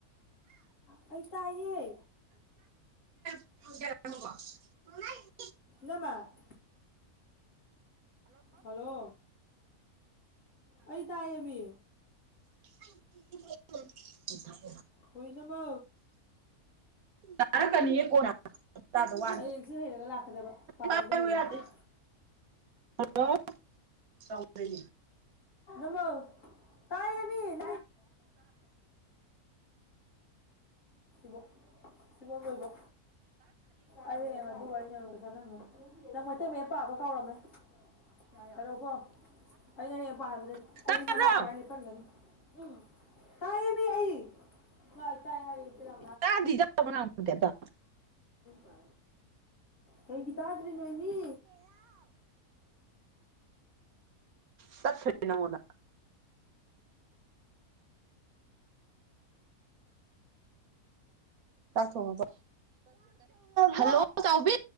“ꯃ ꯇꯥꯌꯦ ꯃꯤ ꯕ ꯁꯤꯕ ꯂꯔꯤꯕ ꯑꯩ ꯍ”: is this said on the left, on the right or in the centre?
Left